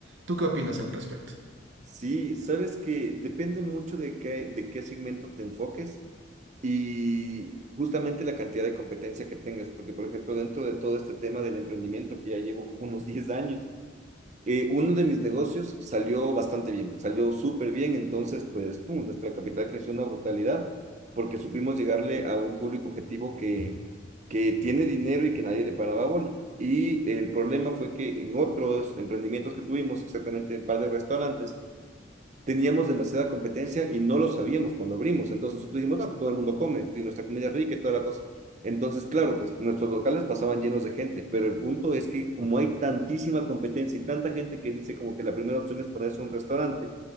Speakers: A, on the right; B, on the right.
A: ¿Tú qué opinas al respecto?
B: Sí, sabes que depende mucho de qué, de qué segmento te enfoques y justamente la cantidad de competencia que tengas, porque por ejemplo, dentro de todo este tema del emprendimiento que ya llevo como unos diez años, Eh, uno de mis negocios salió bastante bien, salió súper bien, entonces pues pum, nuestra capital creció una brutalidad porque supimos llegarle a un público objetivo que, que tiene dinero y que nadie le paraba bola. Y el problema fue que en otros emprendimientos que tuvimos, exactamente un par de restaurantes, teníamos demasiada competencia y no lo sabíamos cuando abrimos. Entonces nosotros dijimos, ah, pues todo el mundo come y nuestra comida es rica y toda la cosa. Entonces, claro, pues nuestros locales pasaban llenos de gente, pero el punto es que como hay tantísima competencia y tanta gente que dice como que la primera opción es ponerse un restaurante,